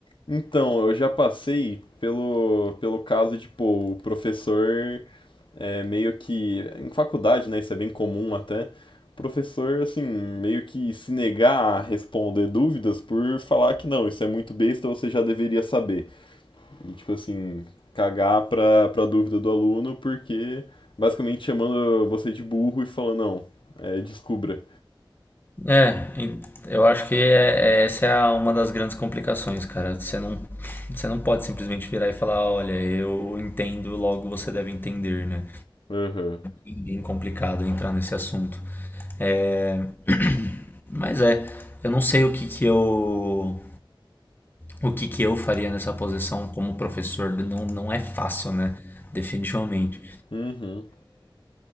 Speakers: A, on the left (about 70°); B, on the left (about 25°).
A: Então, eu já passei pelo, pelo caso de, pô, o professor é meio que. Em faculdade, né? Isso é bem comum até. O professor, assim, meio que se negar a responder dúvidas por falar que não, isso é muito besta, você já deveria saber. E, tipo assim, cagar pra, pra dúvida do aluno, porque basicamente chamando você de burro e falando, não, é, descubra.
B: É, e eu acho que é- é- essa é a- uma das grandes complicações, cara. Você não, você não pode simplesmente virar e falar, olha, eu entendo, logo você deve entender, né?
A: Aham,
B: E É complicado entrar nesse assunto. É, Mas é, eu não sei o que que eu o que que eu faria nessa posição como professor, não, não é fácil, né? Definitivamente.
A: uhum,